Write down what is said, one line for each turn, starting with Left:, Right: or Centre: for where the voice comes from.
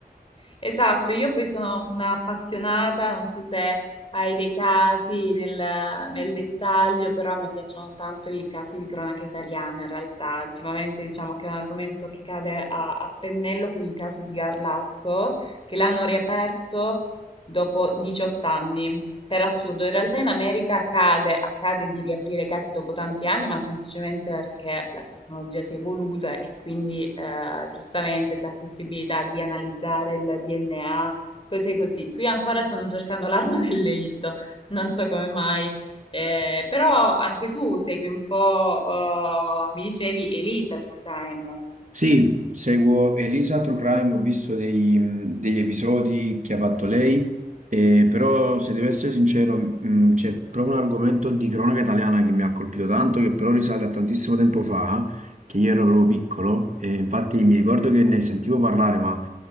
Left: Esatto, io poi sono un'appassionata, non so se hai dei casi nel, nel dettaglio, però a me piacciono tanto i casi di cronaca italiana in realtà. Ultimamente diciamo che è un argomento che cade a, a pennello con il caso di Garlasco, che l'hanno riaperto dopo 18 anni. Per assurdo, in realtà in America accade, accade di riaprire casi dopo tanti anni, ma semplicemente perché la tecnologia si è evoluta e quindi eh, giustamente si ha possibilità di analizzare il DNA, cose così. Qui ancora stanno cercando l'arma <laughs> del delitto, non so come mai. Eh, però anche tu segui un po', eh, mi dicevi, Elisa su Crime.
Right: Sì, seguo Elisa True Crime, ho visto dei- mh, degli episodi che ha fatto lei, eh, però se devo essere sincero, mh, c'è proprio un argomento di cronaca italiana che mi ha colpito tanto, che però risale a tantissimo tempo fa, che io ero proprio piccolo, e infatti mi ricordo che ne sentivo parlare, ma